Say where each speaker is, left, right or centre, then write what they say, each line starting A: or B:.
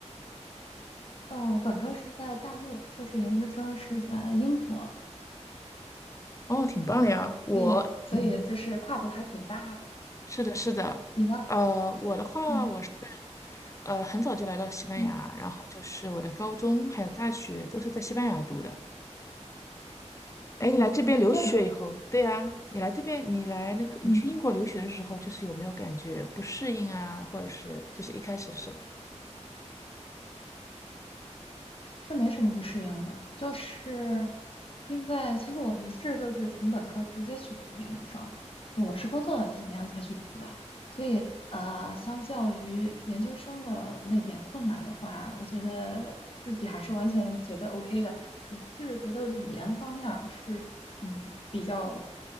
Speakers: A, on the left (about 50°); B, on the left (about 25°).
A: 呃，我本科是在大陆，硕士研究生是在英国，
B: 哦，挺棒的呀。我，
A: 所以所以就是跨度还挺大的。
B: 嗯，是的，是的。
A: 你呢？
B: 呃，我的话，
A: 嗯
B: 我是呃很早就来到西班牙，
A: 嗯，
B: 然后就是我的高中还有大学都是在西班牙读的。哎，
A: 哦，
B: 你来这边留学以后，
A: 原来是这样。
B: 对啊，你来这边，你来那个，你去英国留学的时候，
A: 嗯。
B: 就是有没有感觉不适应啊，或者是就是一开始的时候？
A: 是没什么不适应的，就是因为其实我不是就是从本科直接去读研究生，我是工作了几年才去读的，所以呃，相较于研究生的那点困难的话，我觉得自己还是完全觉得 OK 的，只是觉得语言方面儿是嗯比较